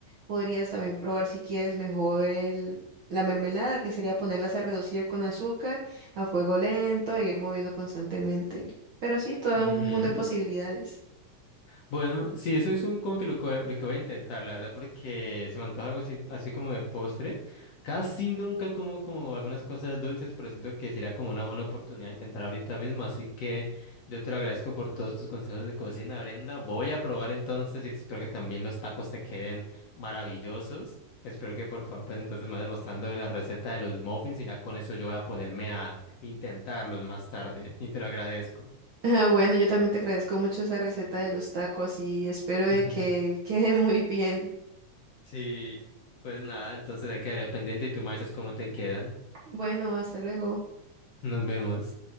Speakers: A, on the right; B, on the left.
A: podrías también probar si quieres mejor el la mermelada, que sería ponerlas a reducir con azúcar a fuego lento e ir moviendo constantemente. Pero sí, todo
B: ujú.
A: un mundo de posibilidades. <laughs>
B: Bueno, sí, eso es un, como que lo, que lo que voy a intentar, la verdad, porque se me antoja algo así, así como de postre. Casi nunca como, como algunas cosas dulces, pero siento que sería como una buena oportunidad de intentar ahorita mismo. Así que yo te lo agradezco por todos tus consejos de cocina, Brenda. Voy a probar entonces y espero que también los tacos te queden maravillosos. Espero que por favor, pues entonces me vayas mostrando la receta de los muffins y ya con eso yo voy a ponerme a intentarlos más tarde ¿eh? y te lo agradezco.
A: Ah, Bueno, yo también te agradezco mucho esa receta de los tacos y espero de
B: <laughs>
A: que quede muy bien.
B: Sí, pues nada, entonces hay que quedar pendiente y tú me dices cómo te quedan.
A: Bueno, hasta luego.
B: Nos vemos.